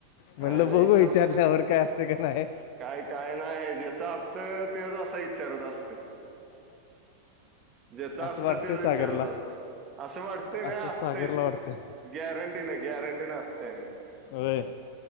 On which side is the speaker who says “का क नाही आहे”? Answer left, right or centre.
Left